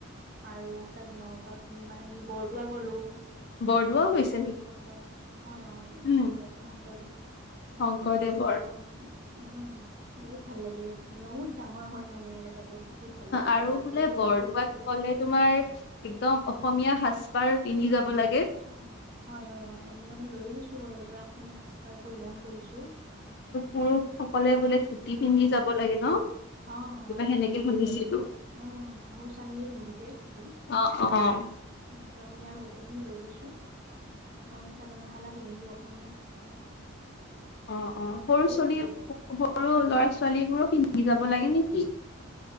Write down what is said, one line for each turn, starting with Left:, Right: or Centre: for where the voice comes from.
Right: আৰু তাত নগাঁওত মানে আমি বৰদোৱা গলোঁ।
Left: বৰদোৱাও
Right: মহাপৰুষ
Left: গৈছে নেকি?
Right: শ্ৰীমন্ত হয়- হয়
Left: উম,
Right: মাধৱ শংকৰদেৱ।
Left: শংকৰদেৱৰ
Right: এইবোৰ চালো আমি, উম। বহুত ভাল লাগিলে বহুত ডাঙৰ হয় মানে এলেকাটো। বহুত ভাল লাগিলে
Left: আৰু বোলে
Right: পৰিৱেশটো
Left: বৰদোৱাত
Right: বহুত
Left: ক'লে তোমাৰ একদম অসমীয়া সাজ পাৰ পিন্ধি যাব লাগে।
Right: অ হয়, হয়, হয় আমি মানে লৈ গৈছো ঘৰৰ পৰা অসমীয়া সাজ তাৰ পৰিধান কৰিছো।
Left: পুৰুষ সকলে বোলে ধুতি পিন্ধি
Right: উম
Left: যাব লাগে ন।
Right: অ,
Left: কিবা
Right: হয়
Left: সেনেকে
Right: ধুতি পিন্ধিব
Left: শুনিছিলো
Right: লাগে উম, মোৰ স্বামীয়ে পিন্ধিছে ধুতি।
Left: অ', অ',
Right: এনেকুৱা আমি আৰু গোটেইখিনি লৈ গৈছো মই চাদৰ মেখালা পিন্ধিলো অসমীয়া সাজ-পাৰ।
Left: অ - অ সৰু
Right: বহুত
Left: ছোৱালী
Right: ভাল লাগে
Left: সৰু ল'ৰা ছোৱালী বোৰো কি সি যাব লাগে নেকি?